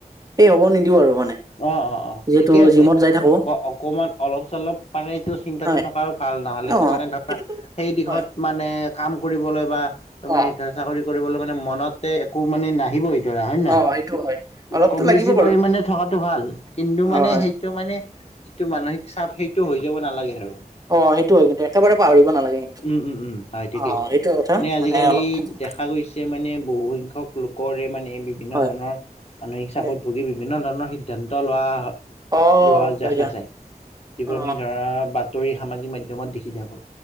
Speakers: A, on the right (about 25°); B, on the left (about 45°).
A: সেই হ'ব নিদিওঁ আৰু মানে।
B: অ অ অ
A: যিহেতু
B: ঠিকে আছে।
A: জিমত যাই থাকো
B: অ অকমান অলপ চলপ মানে এইটো চিন্তাটো
A: হয়
B: থকাও ভাল নহ'লে
A: অ
B: তো মানে ধৰ
A: এইটোতো
B: সেই দিশত
A: হয়
B: মানে কাম কৰিবলৈ বা তুমি
A: অ
B: ধ চাকৰি কৰিবলৈ মানে মনতে একো মানে নাহিব ধৰা হয় নয়
A: অ সেইটো হয় অলপতো
B: কম-বেছি
A: লাগিব বাৰু
B: পৰিমানে থকা ভাল কিন্তু মানে
A: অ হয়
B: সেইটো মানে যিটো মানসিক চাপ সেইটো হৈ যাব নালাগে আৰু
A: অ সেইটো হয় কিন্তু একেবাৰে পাহৰিব নালাগে কিন্তু
B: উম উম উম হয় ঠিকেই
A: অ সেইটো কথা
B: মানে আজিকালি
A: অলপ থাকিব
B: দেখা গৈছ ছে মানে বহু সংখ্যক লোকৰে মানে বিভিন্ন
A: হয়
B: ধৰণৰ মানসিক চাপত
A: হয়
B: ভুগি বিভিন্ন ধৰণৰ সি সিদ্ধান্ত লোৱা
A: অ
B: লোৱা
A: হয়
B: দেখা
A: দিয়া
B: যায় যিবোৰ
A: অ
B: আমি ধৰা বা ধৰি সামাজিক মাধ্যমত দেখি থাকোঁ